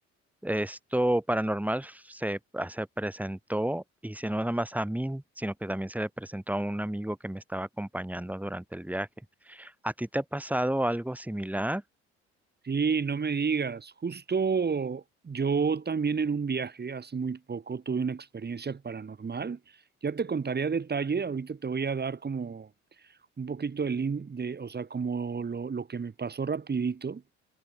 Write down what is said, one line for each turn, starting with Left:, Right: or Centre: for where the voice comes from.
Centre: esto paranormal se, ah, se presentó y se no nada más a mí, sino que también se le presentó a un amigo que me estaba acompañando durante el viaje. ¿A ti te ha pasado algo similar?
Right: Sí, no me digas. Justo yo también en un viaje hace muy poco tuve una experiencia paranormal. Ya te contaré a detalle, ahorita te voy a dar como un poquito del in- de, o sea, como lo, lo que me pasó rapidito.